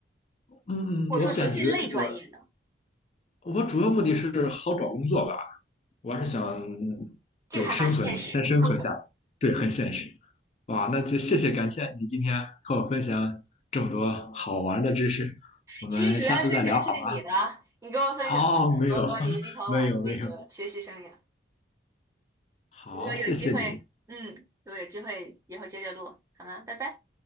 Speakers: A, on the left; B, on the right.
A: 嗯，
B: 或者说学这类专业的，
A: 嗯，我感觉这个我主要目的是好找工作吧，我还是想
B: 嗯，这个还蛮现实的。
A: 对生存先生存下去，
B: <laughs>
A: 对，很现实。哇，那就谢谢感谢你今天和我分享这么多好玩的知识，我们下次再聊好吗？
B: 其实主要是感谢你的，你给我分享了很多关于立陶宛这个学习生涯。
A: 哦，没有，<laughs> 没有，没有。好，
B: 如果有机会，
A: 谢谢你。
B: 嗯，如果有机会以后接着录，好吗？拜拜。